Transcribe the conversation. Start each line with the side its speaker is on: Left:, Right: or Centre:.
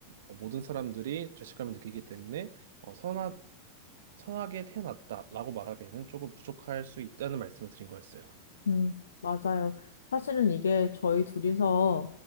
Right: 모든 사람들이 죄책감을 느끼기 때문에 어, 선하, 선하게 태어났다라고 말하기에는 조금 부족할 수 있다는 말씀을 드린 거였어요.
Left: 음, 맞아요. 사실은 이게 저희 둘이서